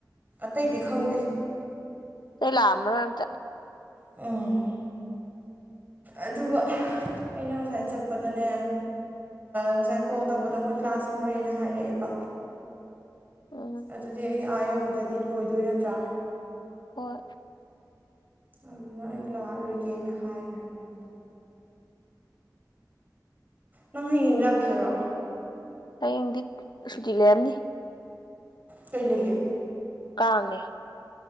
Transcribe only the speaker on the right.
ꯑꯇꯩꯗꯤ ꯈꯪꯗꯦ
ꯑꯝ ꯑꯗꯨꯒ ꯑꯩꯅ ꯉꯁꯥꯏ ꯆꯠꯄꯗꯅꯦ ꯉꯁꯥꯏ ꯀꯣꯜ ꯇꯧꯕꯗ ꯃꯣꯏ ꯀ꯭ꯂꯥꯁ ꯍꯧꯔꯦꯅ ꯍꯥꯏꯔꯛꯑꯦꯕ
ꯑꯗꯨꯗꯤ ꯑꯩ ꯑꯥ ꯌꯧꯕꯗꯗꯤ ꯂꯣꯏꯗꯣꯏ ꯅꯠꯇ꯭ꯔꯥ
ꯑꯗꯨꯅ ꯑꯩ ꯂꯥꯛꯑꯔꯣꯏꯒꯦꯅ ꯍꯥꯏꯈ꯭ꯔꯦ ꯃ ꯅꯪ ꯍꯌꯦꯡ ꯂꯥꯛꯇꯣꯏꯔꯣ
ꯀꯩ ꯂꯩꯌꯦ